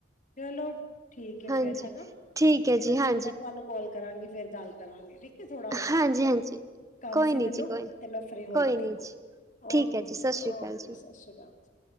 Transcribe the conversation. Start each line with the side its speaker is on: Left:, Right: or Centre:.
Left: ਚਲੋ ਠੀਕ ਏ
Right: ਹਾਂਜੀ
Left: ਫੇਰ ਹਨਾ,
Right: ਠੀਕ ਹੈ
Left: ਫੇਰ
Right: ਜੀ
Left: ਅਸੀਂ
Right: ਹਾਂਜੀ
Left: ਮੈਂ ਤੁਹਾਨੂੰ ਕੌਲ ਕਰਾਂਗੀ, ਫੇਰ ਗੱਲ ਕਰਾਂਗੇ, ਠੀਕ। ਕਿ ਥੋੜਾ
Right: ਹਾਂਜੀ ਹਾਂਜੀ
Left: ਕੰਮ
Right: ਕੋਈ
Left: ਸੀ
Right: ਨੀ
Left: ਮੈਨੂੰ,
Right: ਜੀ ਕੋਈ ਨੀ
Left: ਤੇ ਮੈਂ ਫਰੀ ਹੋ
Right: ਕੋਈ
Left: ਲਾਂ
Right: ਨੀ
Left: ਠੀਕ ਆ।
Right: ਜੀ
Left: ਓਕੇ
Right: ਠੀਕ ਹੈ
Left: ਜੀ,
Right: ਸਤਿ ਸ਼੍ਰੀ ਅਕਾਲ
Left: ਓਕੇ,
Right: ਜੀ
Left: ਸਸ਼ ਰੀ ਕਾਲ ਜੀ।